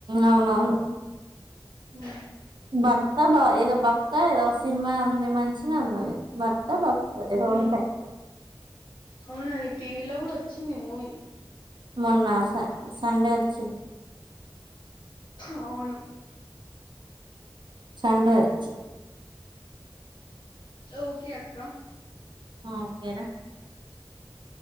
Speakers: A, on the right; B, on the left.
A: అవునవును
B: ఉ
A: భర్త బ ఏదో భక్త ఏదో సినిమా ఉంది మంచిగా ఉంది అది భర్త భక్త ఏదో
B: ఉ
A: ఉంటాయి
B: అవునాది టీవీలో కూడా వచ్చింది మూవీ
A: మొన్న స సండే వచ్చింది
B: అవును
A: సండే వచ్
B: ఓకే అక్కా
A: ఆ ఓకే రా
B: <inaudible>